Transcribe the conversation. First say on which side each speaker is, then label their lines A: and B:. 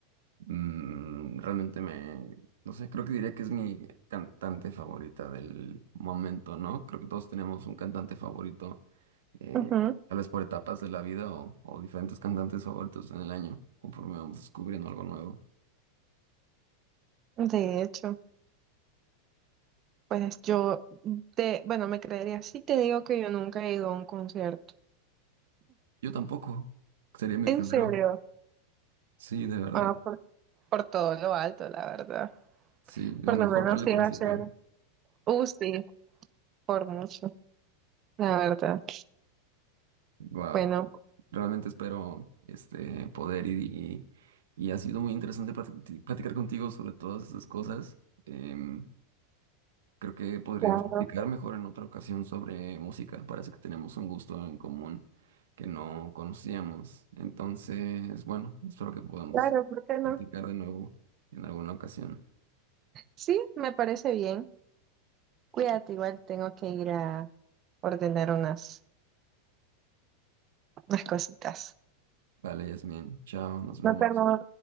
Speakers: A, on the right; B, on the right.
A: Mm, realmente me, no sé, creo que diría que es mi cantante favorita del momento, ¿no? Creo que todos tenemos un cantante favorito, eh,
B: Ujú,
A: tal vez por etapas de la vida o, o diferentes cantantes favoritos en el año, conforme vamos descubriendo algo nuevo.
B: de hecho. Pues yo, te, bueno, me creería si te digo que yo nunca he ido a un concierto.
A: Yo tampoco, sería mi
B: ¿En
A: primero.
B: serio?
A: Sí, de verdad.
B: Ah, por, por todo lo alto, la verdad.
A: Sí, lo
B: Por
A: mejor
B: lo menos
A: para el
B: iba
A: principio.
B: a ser, uh, sí, por mucho, la verdad.
A: Wow,
B: Bueno,
A: realmente espero este poder y, y, y ha sido muy interesante plati- platicar contigo sobre todas esas cosas. Em, Creo que podríamos
B: claro,
A: platicar mejor en otra ocasión sobre música. Parece que tenemos un gusto en común que no conocíamos. Entonces, bueno, espero que podamos
B: claro, ¿por qué no?
A: platicar de nuevo en alguna ocasión.
B: Sí, me parece bien. Cuídate, igual tengo que ir a ordenar unas, unas cositas.
A: Vale, Yasmin. Chao, nos vemos.
B: No tengo